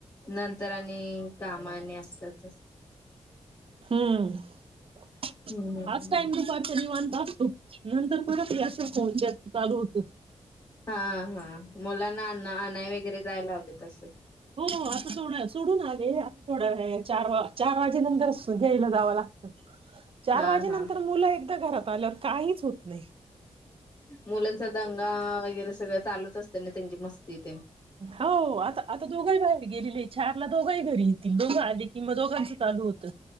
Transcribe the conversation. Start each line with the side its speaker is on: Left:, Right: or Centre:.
Left: नंतर आणि काम आणि असतात.
Right: हम्म. <unintelligible>
Left: हम्म हम्म
Right: बघ तू नंतर परत याच्या फोन चालू होतो.
Left: हा हा. मुलांना आण आणाय वगैरे जायला लावते तस.
Right: हो आता सोडा सोडून आले आता थोड्या चार वा चार वाजे नंतर द्यायला जावं लागतं. चार
Left: हा
Right: वाजे
Left: हा
Right: नंतर मुलं एकदा घरात त आल्यावर काहीच नाही
Left: मुलांचा दंगा वगैरे सगळं. चालूच असते ना त्यांची मस्तीे तेन.
Right: हो आता. आता दोघही बाहेर गेलेलेय चारला दोघही घरी दोघ. किंवा दोघांच चालू होत